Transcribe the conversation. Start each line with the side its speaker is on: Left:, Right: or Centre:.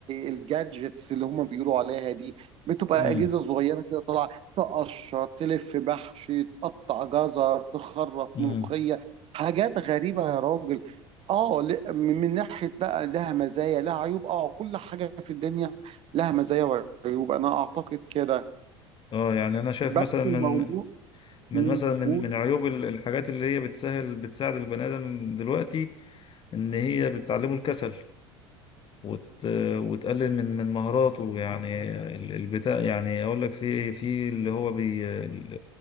Right: الجادجتس اللي هما بيقولوا عليها دي بتبقى
Left: مم.
Right: أجهزة صغيرة كده طالعة تقشر تلف بحش تقطع جزر تخرط
Left: مم.
Right: ملوخية حاجات غريبة يا راجل اه ل- من من ناحية بقى لها مزايا لها عيوب اه كل حاجة في الدنيا لها مزايا وعيوب أنا أعتقد كده
Left: اه يعني انا شايف
Right: بس
Left: مثلا من
Right: الموضوع
Left: من
Right: امم
Left: مثلا من
Right: قول
Left: من عيوب ال- الحاجات اللي هي بتسهل بتساعد البني ادم دلوقتي ان هي بتعلمه الكسل وت... وتقلل من من مهاراته يعني ال- البتاع يعني اقول لك في في اللي هو بي ال-